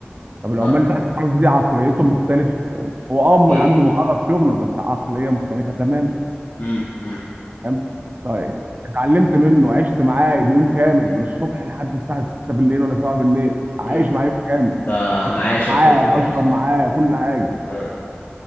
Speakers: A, on the right; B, on the left.
A: طب العمال
B: اه
A: اللي تحت خالص دي عقليتهم مختلفه هو اه
B: ايه
A: عنده مهاره في شغله بس عقليه مختلفه تمام
B: امم امم
A: تمام طيب اتعلمت منه عشت معاه اليوم كامل من الصبح لحد الساعه 6 بالليل ولا 7 بالليل عايش
B: امم
A: معاه يوم كامل
B: فمعاشر
A: معاه
B: كله
A: بشرب
B: برضه
A: معاه كل حاجه
B: اه